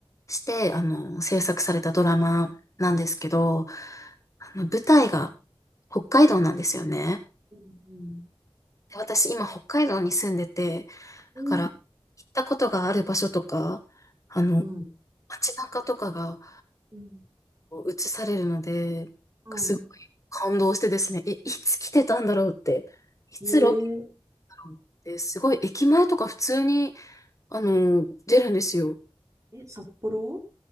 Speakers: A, on the left; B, on the right.
A: して、あの、制作されたドラマなんですけど、あの、舞台が北海道なんですよね。
B: うん、うん、
A: で私、今、北海道に住んでて、
B: うん、
A: だから、行ったことがある場所とか、あの、
B: うん、
A: 街中とかが
B: うん、
A: こう映されるので、
B: うん
A: すごい感動してですね、え、いつ来てたんだろうって、いつロケ
B: ね
A: だろうって、すごい駅前とか普通に、あの、出るんですよ。
B: え、え、札幌